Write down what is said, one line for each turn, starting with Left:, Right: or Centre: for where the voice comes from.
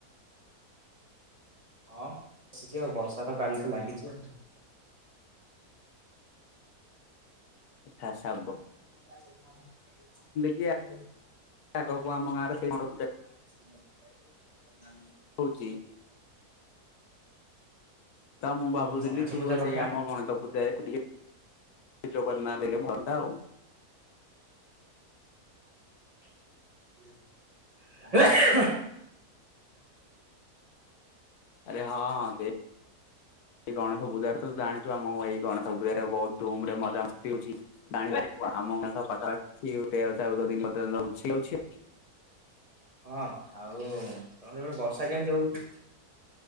Right: ହଁ ମୁଁ ବସିଛି ଆଉ, ବର୍ଷା ତ କାଲି ଠୁ ଲାଗିଛି ଆଉ।
Left: ଆ ସା ପା।
Right: <inaudible>
Left: କି
Right: ଆଉ।
Left: ଆଗକୁ ଆମ ଗାଁ ରେ ସେଇ ସବୁ
Right: <unintelligible>
Left: କୋଉଠି। ତ ମୁଁ ଭାବୁଥିଲି
Right: ଓହୋ ଗଣେଶ
Left: ତୁ
Right: ପୂଜା କଥା
Left: ସେଇ ଆମ ଗଣିତ <unintelligible> ଟିକେ। ପି ଯୋ କରନା ବେଳେ ଭଲ ଆଉ।
Right: <unintelligible>
Left: ଆରେ ହଁ ହଁ, ସେଇ ସେଇ ଗଣେଶ ପୂଜାରେ ତ ଜାଣିଛୁ, ଆମକୁ ଏଇ ଗଣେଶ ପୂଜାର ବହୁତ ଧୁମ୍ ରେ ମଜା ମସ୍ତି ହଉଛି। ବାଣି <unintelligible>
Right: ହଁ ଆଉ ତମ ସେପଟେ ବର୍ଷା କେମତି ହଉଛି?